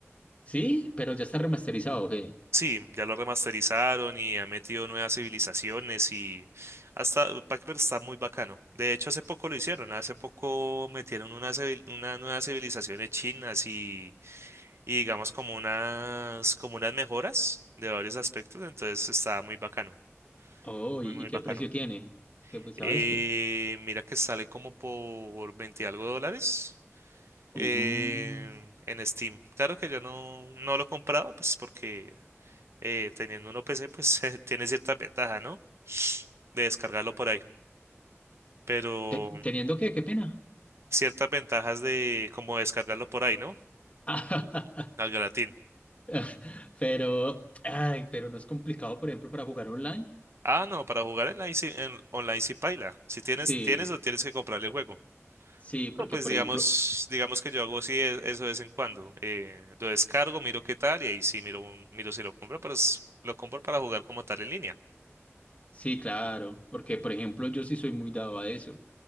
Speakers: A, on the left; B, on the right.
A: Sí, pero ya está remasterizado, ¿qué?
B: Sí, ya lo remasterizaron y han metido nuevas civilizaciones y hasta Pac-Man está muy bacano. De hecho, hace poco lo hicieron, hace poco metieron unas una civil- una nuevas civilizaciones chinas y y digamos como unas, como unas mejoras de varios aspectos, entonces está muy bacano,
A: Oh,
B: muy,
A: ¿y,
B: muy
A: y qué
B: bacano.
A: precio tiene? ¿Qué, pues,
B: Eh,
A: sabes qué?
B: mira que sale como por 20 y algo de dólares eh,
A: Mm.
B: en Steam. Claro que yo no, no lo he comprado, pues porque eh, teniendo uno PC, pues <laughs> tiene cierta ventaja, ¿no? De descargarlo por ahí, pero
A: Te- ¿Teniendo qué? ¿Qué pena?
B: ciertas ventajas de como descargarlo por ahí, ¿no?
A: <laughs>
B: Al gratín.
A: <laughs> Pero, ay, pero no es complicado, por ejemplo, para jugar online.
B: Ah, no, para jugar en la Easy, en online si paila. Si tienes,
A: Sí,
B: tienes o tienes que comprarle el juego.
A: sí, porque,
B: No, pues
A: por
B: digamos,
A: ejemplo,
B: digamos que yo hago así e- eso de vez en cuando. eh, lo descargo, miro qué tal y ahí sí miro, un- miro si lo compro, pero es- lo compro para jugar como tal en línea.
A: sí, claro, porque, por ejemplo, yo sí soy muy dado a eso.